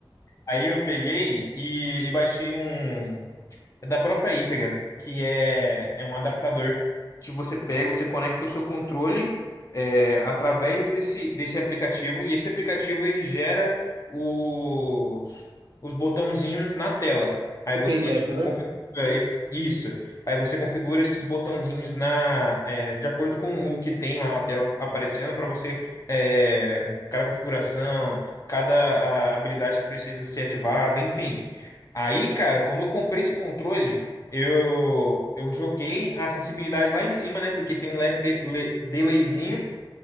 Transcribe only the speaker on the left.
Aí eu peguei e, e baixei um. É da própria Hypega, que é, é um adaptador que você pega, você conecta o seu controle é, através desse, desse aplicativo, e esse aplicativo ele gera os, os botãozinhos na tela. Aí
você,
tipo,
configura esse- isso. Aí você configura esses botãozinhos na, é, de acordo com o que tem lá na tela aparecendo, para você, é, cada configuração, cada a, habilidade que precisa ser ativada, enfim. Aí, cara, quando eu comprei esse controle, eu, eu joguei a sensibilidade lá em cima, né? Porque tem um leve de- le- delayzinho.